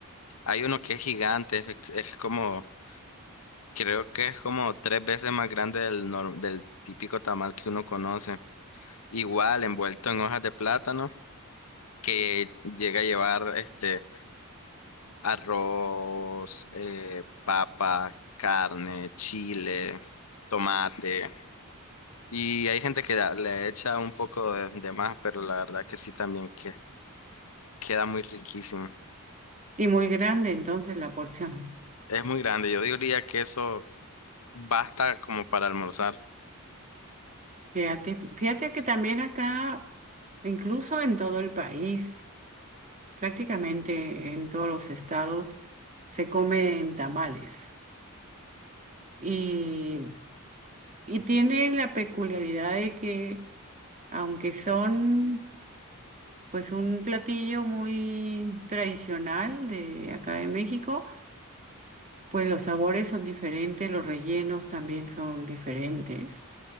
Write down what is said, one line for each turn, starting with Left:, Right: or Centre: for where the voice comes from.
Left: Hay uno que es gigante, es, es como, creo que es como tres veces más grande del, nor- del típico tamal que uno conoce. Igual envuelto en hojas de plátano que llega a llevar este. arroz, eh, papa, carne, chile, tomate. Y hay gente que da- le echa un poco de, de más, pero la verdad que sí también que queda muy riquísimo.
Right: Y muy grande entonces la porción.
Left: Es muy grande. Yo diría que eso basta como para almorzar.
Right: Fíjate, fíjate que también acá, incluso en todo el país, prácticamente en todos los estados, se comen tamales. Y, y tiene la peculiaridad de que, aunque son pues un platillo muy tradicional de acá de México, pues los sabores son diferentes, los rellenos también son diferentes.